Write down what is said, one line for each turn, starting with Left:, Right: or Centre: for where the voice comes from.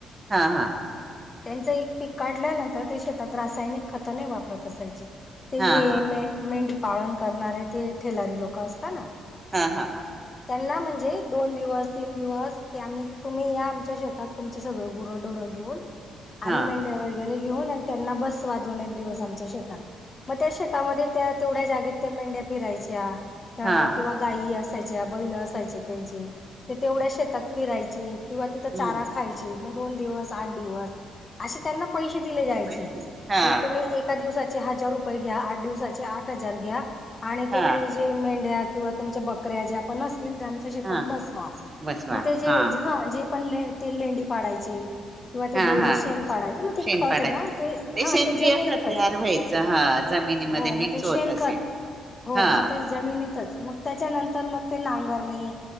Right: हा हा
Left: त्यांचं एक पीक काढल्यानंतर ते शेतात रासायनिक खतने वापरत असायचे. ते
Right: हा
Left: हे
Right: हा
Left: मे मेंढी पाळन करणारे ते ठेलारी लोक असतात ना
Right: हा हा हा
Left: त्यांना म्हणजे दोन दिवस तीन दिवस की आम्ही तुम्ही या आमच्या शेतात तुमचे सगळे गुरं डोर घेऊन
Right: हा
Left: आणि मेंढ्या वगैरे घेऊन आणि त्यांना बसवा दोन एक दिवस आमच्या शेतात मग त्या शेतामध्ये त्या तेवढ्या जागेत त्या मेंढ्या फिरायच्या अ
Right: हा
Left: किंवा गाय असायच्या बैल असायचे त्यांचे ते तेवढ्या शेतात फिरायचे. किंवा तिथं चारा
Right: हम्म
Left: खायचे मग दोन दिवस आठ दिवस असे त्यांना पैसे
Right: प्रश्न
Left: क
Right: हा
Left: तुम्ही एका दिवसाचे हजार रुपये घ्या आठ दिवसाचे आठ हजार घ्या. आणि
Right: हा
Left: तुम्ही जे मेंढ्या किंवा तुमच्या बकऱ्या ज्या आपण असत. आमच्या शेतात
Right: हा
Left: बसवा
Right: बसवा
Left: मग ते जे
Right: हा
Left: ह जे पण ते लेंडी पाडायचे. किंवा ते
Right: हा
Left: बैलं
Right: हा
Left: शेण पाडायचे मग ते
Right: शेणपाडाचे
Left: खत आहे ना ते हा
Right: सेंद्रिय
Left: ते जमिनीतच
Right: खत तयार व्हायचं हा जमिनीमध्ये
Left: हो
Right: मिक्स
Left: मग ते
Right: होत
Left: शेणखत
Right: असे.
Left: हो
Right: हा
Left: मग ते जमिनीतच मग त्याच्यानंतर मग ते नांगरणी